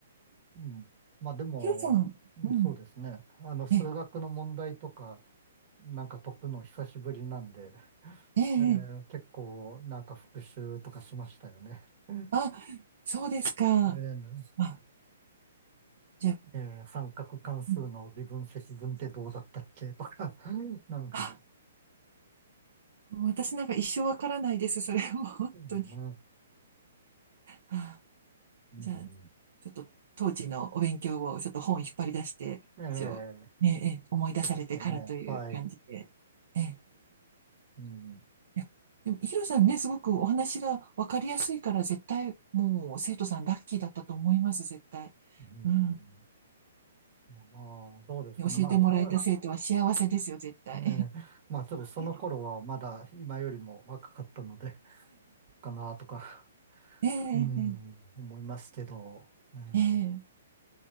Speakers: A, on the right; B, on the right.
A: うん。まあでも、
B: ヒロさん、
A: うんそうですね。
B: うん、
A: あの、数学の問題とか、
B: ええ、
A: なんか解くの久しぶりなんで、
B: ええ、
A: ええ、
B: ええ
A: 結構、なんか復習とかしましたよね。うん
B: あ、そうですか。
A: え
B: あ、じゃあ、
A: え、ええ三角関数の微分積分ってどうだったっけとか、
B: うん
A: <laughs> なんか、
B: あ、もう私なんか一生わからないです。それも本当に。
A: ええ
B: あ、
A: うん。
B: じゃあ、ちょっと当時のお勉強をちょっと本引っ張り出して、
A: ええ、
B: 一応、ええ、ええ思い出されてからという感じで。
A: そうですよね。はい。
B: ええ
A: うん。
B: いや、でも、ヒロさんね、すごくお話が分かりやすいから、絶対、もう、生徒さんラッキーだったと思います、絶対。
A: うん。
B: うん。
A: まあ、どうですかね。
B: 教えてもらえた生徒は幸せですよ、
A: まあ、そ
B: 絶対。
A: ええ、<laughs> まあ、ちょっとその頃はまだ今よりも若かったので、
B: <laughs>
A: かなとか、
B: ええ、
A: うん、
B: え
A: 思いますけど、ね
B: え、ええ